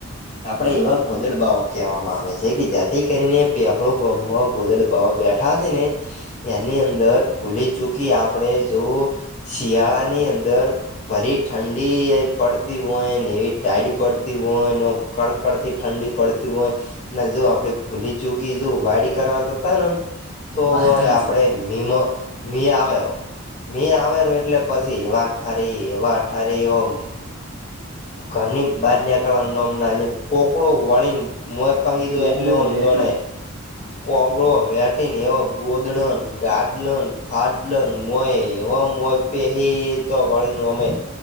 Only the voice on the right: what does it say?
વાત
હાચી
વાત હાચી
કોબળો
વેટી